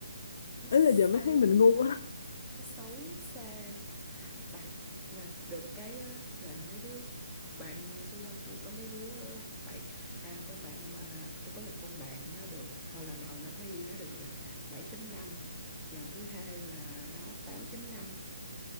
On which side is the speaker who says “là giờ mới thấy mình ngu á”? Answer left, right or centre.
Left